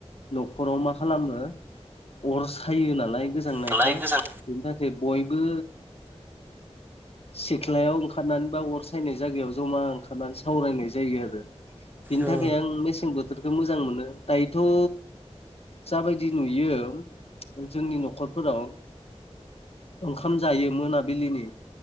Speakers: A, on the left (about 60°); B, on the right (about 20°).
A: न'खराव मा खालामो अर सायो नालाय गोजांनायखाय
B: दालाय गोजां
A: बिनि थाखाय बयबो सेख्लायाव ओंखारनानै बा अर सायनाय जायगायाव जमा ओंखारनानै सावरायनाय जायो आरो बिनि
B: औ
A: थाखाय आं मेसें बोथोरखौ मोजां मोनो दायोथ' जाबायदि नुयो जोंनि न'खरफोराव ओंखाम जायो मोनाबिलिनि